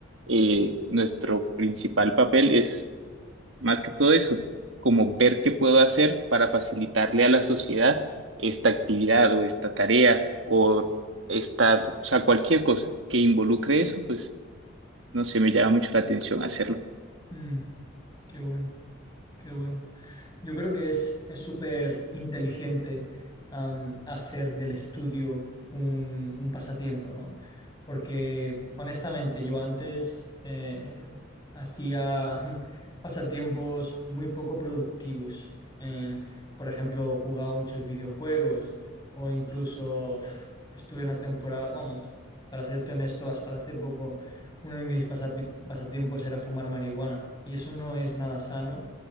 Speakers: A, on the right; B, on the left.
A: eh, nuestro principal papel es más que todo eso, como ver qué puedo hacer para facilitarle a la sociedad esta actividad o esta tarea o esta, o sea, cualquier cosa que involucre eso, pues no sé, me llama mucho la atención hacerlo.
B: mm, qué bueno, qué bueno. Yo creo que es es súper inteligente am, hacer del estudio un, un pasatiempo, ¿no? Porque honestamente yo antes eh, hacía <laughs> pasatiempos muy poco productivos. Em, por ejemplo, jugaba muchos videojuegos o incluso <sighs> uf, estuve una temporada, vamos, para serte honesto, hasta hace poco uno de mis pasapi- pasatiempos era fumar marihuana y eso no es nada sano